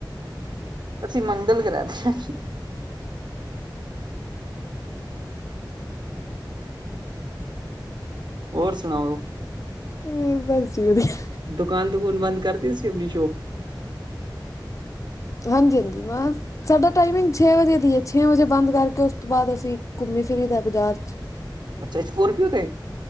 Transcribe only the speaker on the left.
ਹਮ ਬਸ ਜੀ ਵਧੀਆ।
ਹਾਂਜੀ-ਹਾਂਜੀ ਮੈਂ ਸਾਡਾ ਟਾਈਮਿੰਗ ਛੇ ਵਜੇ ਦੀ ਹੈ ਛੇ ਵਜੇ ਬੰਦ ਕਰਕੇ ਉਸ ਤੋਂ ਬਾਅਦ ਅਸੀਂ ਘੁੰਮੀ ਫਿਰ ਫੀਰੀਦਾ ਬਾਜ਼ਾਰ ਚ।